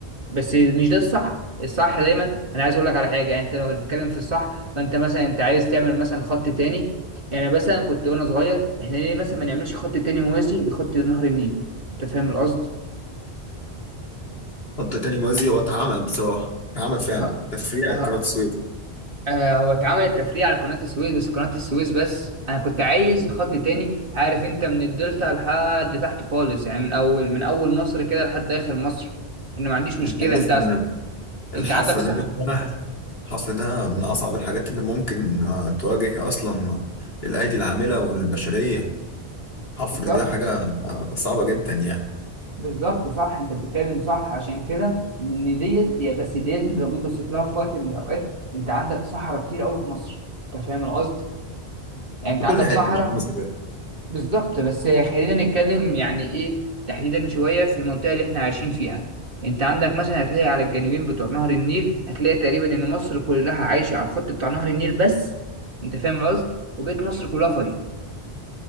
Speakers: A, on the right (about 55°); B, on the left (about 65°).
A: بس مش ده الصح الصح دايما انا عايز اقول لك على حاجه يعني انت لو هتتكلم في الصح فانت مثلا انت عايز تعمل مثلا خط تاني يعني مثلا كنت وانا صغير احنا ليه مثلا ما نعملش خط تاني موازي لخط نهر النيل انت فاهم القصد
B: خط تاني موازي هو اتعمل بصراحة اتعمل فعلا
A: ها
B: تفريع
A: ها
B: قناة السويس
A: آه، هو اتعمل التفريع على قناة السويس بس قناة السويس بس انا كنت عايز خط تاني عارف انت من الدلتا لحد تحت خالص يعني من اول من اول مصر كده لحد اخر مصر ان ما عنديش مشكلة
B: أنت عارف
A: انت اصلا
B: إن الحفر
A: انت عندك صح
B: ده مش سهل الحفر ده من أصعب الحاجات اللي ممكن آه، تواجه أصلا الأيدي العاملة والبشرية الحفر
A: بالظبط
B: ده حاجة آه، صعبة جدا يعني
A: بالظبط صح انت بتتكلم صح عشان كده ان ديت يا- بس ديت انت لو جيت بصيت لها في وقت من الاوقات انت عندك صحراء كتير قوي في مصر انت فاهم القصد يعني انت
B: في
A: عندك
B: كل حتة
A: صحراء
B: مش في مصر
A: بالظبط بس خلينا نتكلم يعني ايه تحديدا شويه في المنطقه اللي احنا عايشين فيها انت عندك مثلا هتلاقي على الجانبين بتوع نهر النيل هتلاقي تقريبا ان مصر كلها عايشه على الخط بتاع نهر النيل بس انت فاهم القصد وبقيت مصر كلها فاضيه